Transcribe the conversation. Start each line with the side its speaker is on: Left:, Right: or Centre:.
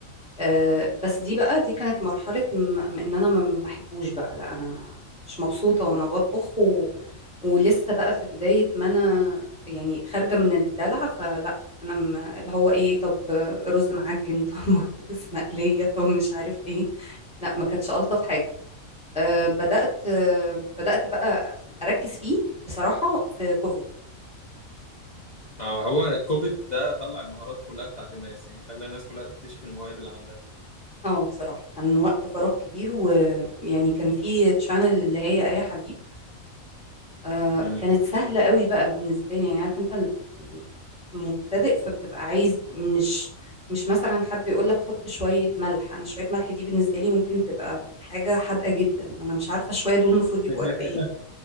Centre: آه، بس دي بقى دي كانت مرحلة م- م- ان انا ما ما بحبوش بقى لا انا ما مش مبسوطة وانا بطبخ و... ولسه بقى في بداية ما انا يعني خارجة من الدلع فلا انا ما اللي هو ايه طب رز معجن <laughs> طب بطاطس مقلية طب مش عارف ايه لا ما كانتش ألطف حاجة أه بدأت أه بدأت بقى أركز فيه بصراحة في كوفيد
Left: اه هو الكوفيد ده طلع المهارات كلها بتاعت الناس يعني خلى الناس كلها تكتشف المواهب اللي عندها
Centre: اه بصراحة كان وقت فراغ كبير ويعني كان في تشانل اللي هي آية حبيب آه
Left: مم.
Centre: كانت سهلة قوي بقى بالنسبة لي يعني عارف انت ال- يعني مبتدئ فبتبقى عايز مش مش مثلا حد يقول لك حط شوية ملح انا شوية ملح دي بالنسبة لي ممكن تبقى حاجة حادقة جدا ما انا مش عارفة شوية دول المفروض يبقوا
Left: <laughs>
Centre: قد ايه